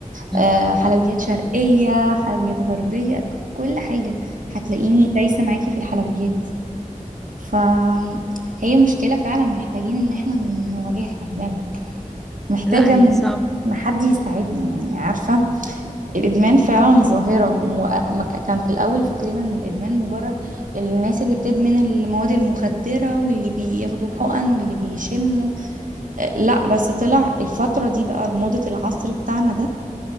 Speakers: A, in the centre; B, on the right.
A: م.
B: آه، حلويات شرقيه حلويات غربيه ك- كل حاجه هتلاقيني دايسه معاكي في الحلويات فهي مشكله فعلا محتاجين ان احنا نواجهها بجد محتاجه
A: لا هي
B: إن
A: صعبه
B: حد يساعدني يعني عارفه الادمان فعلا ظاهره وكان في الاول فكرنا ان الادمان مجرد الناس اللي بتدمن المواد المخدره واللي بياخدوا حقن واللي بيشموا لا بس طلع الفترة دي بقى موضة العصر بتاعنا ده